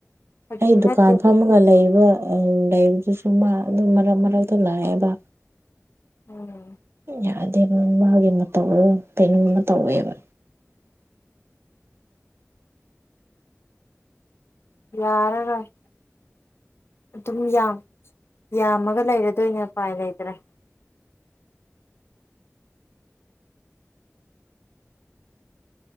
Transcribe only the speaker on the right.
ꯑꯩ ꯗꯨꯀꯥꯟ
ꯐꯝꯃꯒ ꯂꯩꯕ ꯑ ꯂꯩꯕꯗꯨꯁꯨ ꯃꯥ ꯑꯗꯨꯝ ꯃꯔꯛ ꯃꯔꯛꯇ ꯂꯥꯛꯑꯦꯕ
ꯌꯥꯗꯦꯕ ꯃꯥꯒꯤ ꯃꯇꯧꯗꯣ ꯀꯩꯅꯣꯝ ꯑꯃ ꯇꯧꯋꯦꯕ